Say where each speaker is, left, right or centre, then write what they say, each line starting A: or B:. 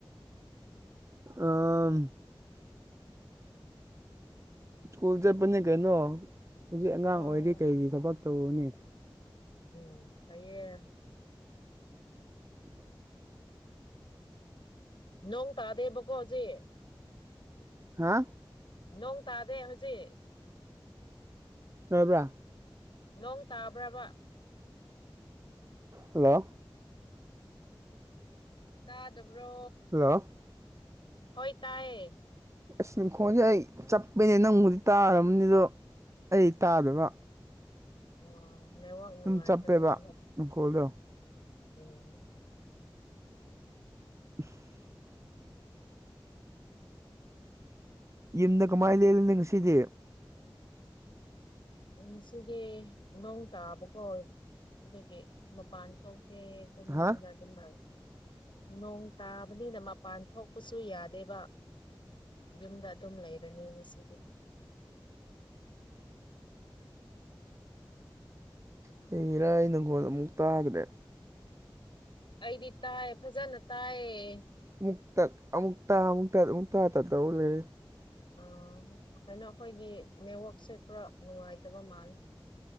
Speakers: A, on the right; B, on the left.
A: ꯑꯥ ꯁ꯭ꯀꯨꯜ ꯆꯠꯄꯅꯤ ꯀꯩꯅꯣ ꯍꯧꯖꯤꯛ ꯑꯉꯥꯡ
B: ꯑꯥ
A: ꯑꯣꯏꯔꯤ ꯀꯩꯒꯤ ꯊꯕꯛ ꯇꯧꯔꯨꯅꯤ
B: ꯎꯝ ꯐꯩꯌꯦ
A: <inaudible>
B: ꯅꯣꯡ ꯇꯥꯗꯦꯕꯀꯣ ꯍꯧꯖꯤꯛ
A: ꯍꯥ
B: ꯅꯣꯡ ꯇꯥꯗꯦ ꯍꯨꯖꯤꯛ
A: ꯇꯥꯕ꯭ꯔꯥ
B: ꯅꯣꯡ ꯇꯥꯕ꯭ꯔꯕ
A: ꯍꯜꯂꯣ
B: ꯇꯥꯗꯕ꯭ꯔꯣ
A: ꯍꯜꯂꯣ
B: ꯍꯣꯏ ꯇꯥꯏꯌꯦ
A: ꯑꯁ ꯃꯈꯣꯟꯖꯦ ꯑꯩ ꯆꯞꯄꯦꯅꯦ ꯅꯪꯕꯨꯗꯤ ꯇꯥꯔꯝꯅꯤ ꯑꯗꯣ ꯑꯩ ꯇꯥꯗꯕ
B: ꯑꯥ ꯅꯦꯋꯥꯛ ꯅꯨꯡꯉꯥꯏꯗꯕꯒꯤ
A: ꯑꯗꯨꯝ ꯆꯞꯄꯦꯕ ꯅꯈꯣꯜꯗꯣ
B: ꯎꯝ
A: <inaudible> ꯌꯨꯝꯗ ꯀꯃꯥꯏ ꯂꯦꯜꯂꯤ ꯉꯁꯤꯗꯤ
B: ꯎꯝ ꯉꯁꯤꯗꯤ ꯅꯣꯡ ꯇꯥꯕ ꯀꯣ ꯑꯗꯨꯒꯤ ꯃꯄꯥꯟ ꯊꯣꯛ ꯇꯦ ꯌꯨꯝ
A: ꯍꯥ
B: ꯌꯨꯝꯗ ꯑꯗꯨꯝ ꯂꯩ ꯅꯣꯡ ꯇꯥꯕꯅꯤꯅ ꯃꯄꯥꯟ ꯊꯣꯛꯄꯁꯨ ꯌꯥꯗꯦꯕ ꯌꯨꯝꯗ ꯑꯗꯨꯝ ꯂꯩꯔꯅꯤ ꯉꯁꯤꯗꯤ
A: ꯀꯔꯤꯒꯤꯔꯥ ꯑꯩ ꯅꯈꯣꯟ ꯑꯃꯨꯛ ꯇꯥꯗ꯭ꯔꯦ
B: ꯑꯩꯗꯤ ꯇꯥꯏ ꯐꯖꯅ ꯇꯥꯏꯌꯦ
A: ꯑꯃꯨꯛ ꯇꯠ ꯑꯃꯨꯛ ꯇꯥ ꯑꯃꯨꯛ ꯇꯠ ꯑꯃꯨꯛ ꯇꯥ ꯇꯠ ꯇꯧ ꯂꯩꯔꯦ
B: ꯑꯥ ꯀꯩꯅꯣ ꯑꯩꯈꯣꯏꯒꯤ ꯅꯦꯠꯋꯥꯛꯁꯦ ꯈꯔ ꯅꯨꯡꯉꯥꯏꯇꯕ ꯃꯥꯜꯂꯦ